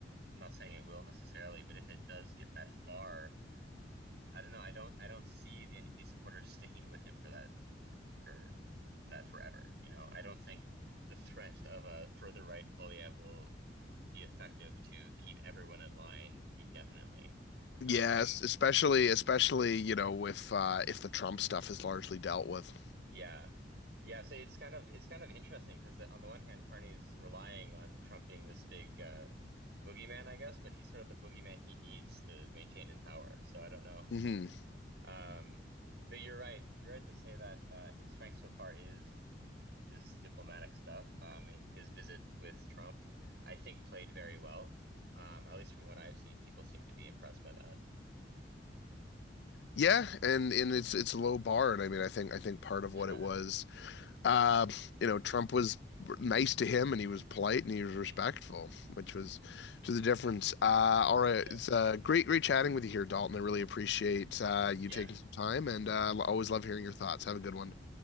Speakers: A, on the right; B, on the left.
A: I'm not saying it will necessarily, but if it does get that far, I don't know. I don't I don't see the NDP supporters sticking with him for that for that forever. You know, I don't think the threat of a further right Polyev will be effective to keep everyone in line indefinitely. Um,
B: Yes, especially especially, you know, if uh if the Trump stuff is largely dealt with.
A: yeah. Yeah, so it's kind of it's kind of interesting because on the one hand, Carney's relying on Trump being this big uh, boogeyman, I guess, but he's sort of the boogeyman he needs to maintain in power. So I don't know.
B: hmm
A: Um, but you're right. You're right to say that uh, his strength so far is this diplomatic stuff. I mean, his visit with Trump, I think, played very well. Um, at least from what I've seen, people seem to be impressed by that.
B: Yeah, and and it's it's a low bar, and I mean, I think I think part of
A: <laughs>
B: what it was uh, you know, Trump was nice to him and he was polite and he was
A: Mhm.
B: respectful, which was to the difference. Uh, all right,
A: Yeah.
B: it's uh, great, great chatting with you here, Dalton. I really appreciate uh, you
A: Yeah.
B: taking some time and uh, always love hearing your thoughts. Have a good one.